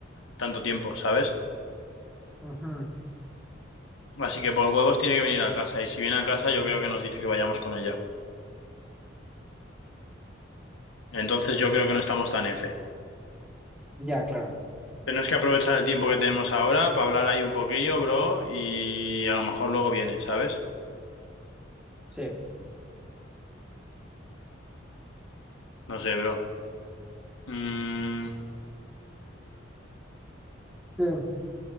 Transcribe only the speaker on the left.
tanto tiempo, ¿sabes?
Así que por huevos tiene que venir a casa. Y si viene a casa,
yo creo que nos dice que vayamos con ella. Entonces yo creo que no estamos tan F.
Tenemos que aprovechar el tiempo que tenemos ahora para hablar ahí un poquillo, bro, y a lo mejor luego viene, ¿sabes?
No sé, bro. Mm,